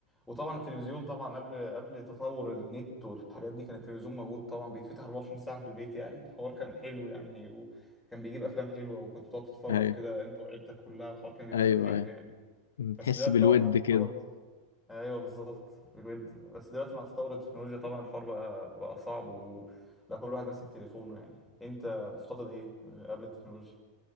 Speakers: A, in the centre; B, on the left.
A: وطبعا التلفزيون طبعا قبل قبل تطور النت والحاجات دي كان التلفزيون موجود طبعا بيتفتح 24 ساعة في البيت يعني الحوار كان حلو يعني وكان بيجيب أفلام حلوة وكنت بتقعد تتفرج
B: ايوه
A: كده أنت وعيلتك كلها الحوار كان بيبقى
B: ايوه
A: حلو
B: ايوه
A: يعني
B: مم. تحس
A: بس دلوقتي
B: بالود
A: طبعا مع تطور
B: كده
A: ايوه بالظبط بالود بس دلوقتي مع تطور التكنولوجيا طبعا الحوار بقى بقى صعب وبقى كل واحد ماسك تليفونه يعني انت مفتقد ايه قبل التكنولوجيا